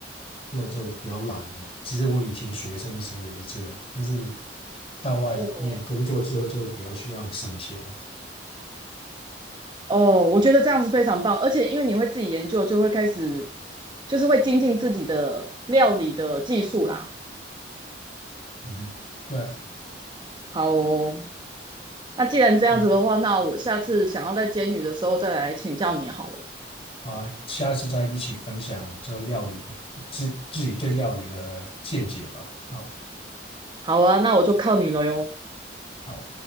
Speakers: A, on the left; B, on the right.
A: 对，就比较懒嘛。其实我以前学生的时候也是这样，但是到外面工作之后就比较需要省钱嘛。
B: 哦，哦，我觉得这样是非常棒，而且因为你会自己研究，就会开始就是会精进自己的料理的技术啦。
A: 嗯对啊，
B: 好哦，那既然这样子的话，
A: 对啊。
B: 那我下次想要在煎鱼的时候再来请教你好了。
A: 啊，下一次再一起分享这料理，自自己对料理的见解吧。好，
B: 好啊，那我就靠你了哟。
A: 好。